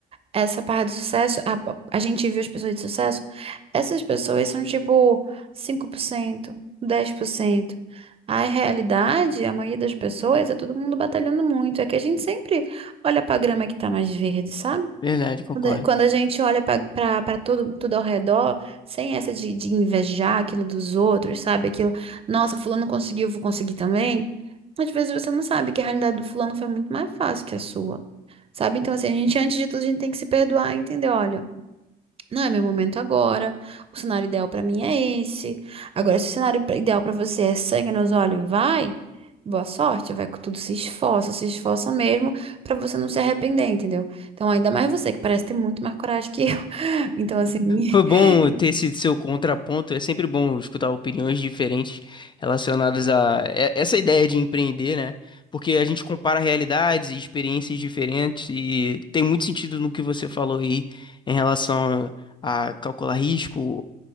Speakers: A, on the right; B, on the left.
A: essa parte do sucesso, a, a gente viu as pessoas de sucesso, essas pessoas são tipo cinco por cento dez por cento A realidade, a maioria das pessoas, é todo mundo batalhando muito. É que a gente sempre olha pra grama que tá mais verde, sabe?
B: Verdade, concordo.
A: Quando a quando a gente olha para pra- pra tudo, tudo ao redor, sem essa de, de invejar aquilo dos outros, sabe? Aquilo, nossa, fulano conseguiu, eu vou conseguir também. Às vezes você não sabe que a realidade do fulano foi muito mais fácil que a sua. Sabe? Então, assim, a gente, antes de tudo, a gente tem que se perdoar, entendeu? Olha, não é meu momento agora. O cenário ideal pra mim é esse. Agora, se o cenário pra- ideal pra você é sangue nos olhos, vai. Boa sorte, vai com tudo, se esforça, se esforça mesmo pra você não se arrepender, entendeu? Então, ainda mais você, que parece ter muito mais coragem que eu. <laughs> Então, assim, <laughs>
B: Foi bom ter esse seu contraponto. É sempre bom escutar opiniões diferentes relacionadas a e- essa ideia de empreender, né? Porque a gente compara realidades e experiências diferentes e tem muito sentido no que você falou aí em relação a calcular risco